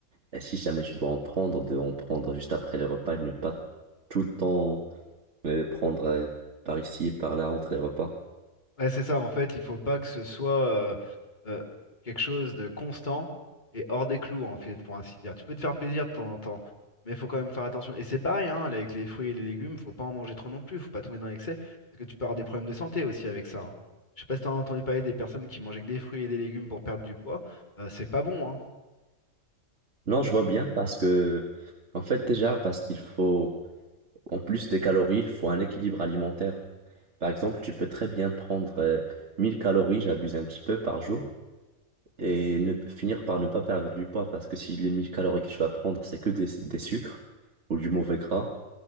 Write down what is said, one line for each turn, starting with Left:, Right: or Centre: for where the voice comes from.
Right: Et si jamais tu dois en prendre, de en prendre juste après les repas et ne pas tout le temps euh, prendre euh, par ici, par là, entre les repas.
Left: Ouais, c'est ça, en fait, il faut pas que ce soit euh, euh, quelque chose de constant et hors des clous, en fait, pour ainsi dire. Tu peux te faire plaisir de temps en temps, mais il faut quand même faire attention. Et c'est pareil, hein, avec les fruits et les légumes, faut pas en manger trop non plus, faut pas tomber dans l'excès, parce que tu peux avoir des problèmes de santé aussi avec ça. hein. Je sais pas si t'as entendu parler des personnes qui mangeaient que des fruits et des légumes pour perdre du poids, euh, c'est pas bon, hein.
Right: Non,
Left: Ça-
Right: je vois bien parce que, en fait, déjà, parce qu'il faut. En plus des calories, il faut un équilibre alimentaire. Par exemple, tu peux très bien prendre euh, 1000 calories, j'abuse un petit peu par jour, et ne, finir par ne pas perdre du poids parce que si les 1000 calories que tu vas prendre, c'est que des, des sucres ou du mauvais gras,